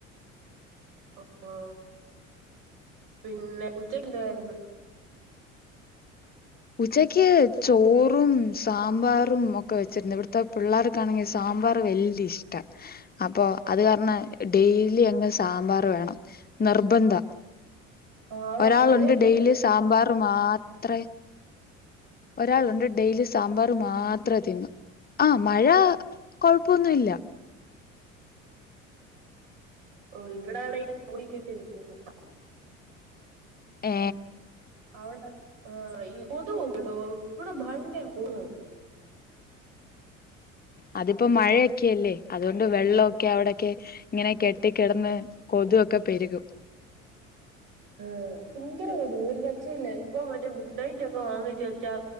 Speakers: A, on the right; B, on the left.
A: ഓ പിന്നെ ഉച്ചക്ക് എന്തുവാര്ന്ന്
B: ഉച്ചക്ക് ചോറും സാമ്പാറും ഒക്കെ വെച്ചിരുന്നു ഇവിടത്തെ പിള്ളേർക്കാണെങ്കിൽ സ് സാമ്പർ വെല് ഇഷ് ട്ട അപ്പോ
A: ഓ
B: അത് കാർണ് ഡെയിലി അങ്ങ് സാമ്പാർ വേണം നിർബന്ധ
A: അവിടെ
B: ഒരാളുണ്ട്
A: മഴയൊക്കെ
B: ഡെയിലി
A: എങ്ങനെ
B: സാമ്പാർ മാ ത്രെ ഒരാളുണ്ട് ഡെയിലി സാമ്പാർ മാത്രെ തിന്നു ആ മഴ കൊഴപ്പൊന്നുവില്ല
A: ഓ ഇവിടാണെ ഈ മൂടിക്കെട്ടി നിക്ക്ന്ന്
B: ഏ
A: അവിടെ ആ ഈ കൊതുക്കെ ഒണ്ടോ ഇവിടെ ഭയങ്കര കൊതുകാന്നെ,
B: അതിപ്പോ മഴയൊക്കെയല്ലേ അതുകൊണ്ട് വെള്ളോക്കെ അവിടെ ക്കെ ഇങ്ങനെ കെട്ടി കെടന്ന് കൊതു ഒക്കെ പെരുകും
A: ആ ഭയ്ങ്കര കൊതു ഒരു രക്ഷയില്ല ഇപ്പൊ മറ്റേ ഗുഡ് നൈറ്റ്ക്കെ വാങ്ങിചെച്ചാ